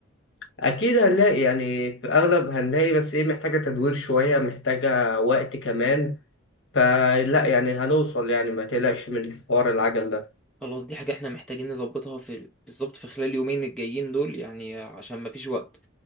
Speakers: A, on the left; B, in the centre.
A: اكيد هنلاقي يعني في اغلب هنلاقي بس ايه محتاجه تدوير شويه محتاجه وقت كمان فلا يعني هنوصل يعني ما تقلقش من حوار العجل ده
B: خلاص دي حاجة احنا محتاجين نظبطها في بالظبط في خلال يومين الجايين دول يعني عشان مفيش وقت